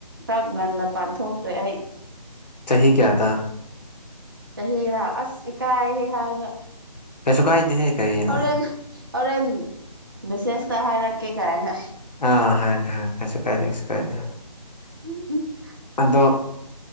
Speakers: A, on the right; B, on the left.
A: ꯈꯔ ꯉꯟꯅ ꯄꯥꯟꯊꯣꯛꯈ꯭ꯔꯦ ꯑꯩ
B: ꯆꯍꯤ ꯀ꯭ꯌꯥꯗ
A: ꯆꯍꯤꯔꯥ ꯑꯁ ꯏꯀꯥꯏꯍꯦ ꯍꯥꯏꯕ
B: ꯀꯩꯁꯨ ꯀꯥꯏꯗꯦꯍꯦ ꯀꯔꯤꯅꯣ
A: ꯍꯣꯔꯦꯟ ꯍꯣꯔꯦꯟ ꯃꯦꯁꯦꯁꯇ ꯍꯥꯏꯔꯛꯀꯦ ꯀꯥꯏꯅ
B: ꯑꯥ ꯍꯥꯏ ꯔꯛ <unintelligible> ꯀꯩꯁꯨ ꯀꯥꯏꯗꯦ ꯀꯩꯁꯨ ꯀꯥꯏꯗꯦ
A: <unintelligible> ꯎꯝ ꯎꯝ
B: ꯑꯗꯣ